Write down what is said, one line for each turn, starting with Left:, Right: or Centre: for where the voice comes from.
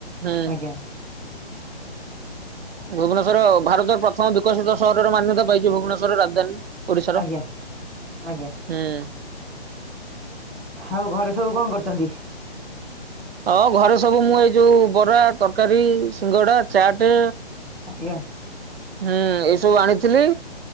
Right: ହୁଁ
Centre: ଆଜ୍ଞା
Right: ଭୁବନେଶ୍ୱର ଭାରତର ପ୍ରଥମ ବିକଶିତ ସହରର ମାନ୍ୟତା ପାଇଛି ଭୁବନେଶ୍ୱରର ରାଜଧାନୀ। ଓଡିଶାର,
Centre: ଆଜ୍ଞା ଆଜ୍ଞା।
Right: ହୁଁ।
Centre: ଆଉ ଘରେ ସବୁ କଁ କରୁଚନ୍ତି?
Right: ହଁ ଘରେ ସବୁ ମୁଁ ଏଇ ଯୋଉ ବରା, ତରକାରୀ, ସିଙ୍ଗଡ଼ା, ଚାଟେ
Centre: ଆଜ୍ଞା
Right: ହୁଁ ଏ ସବୁ ଆଣିଥିଲି।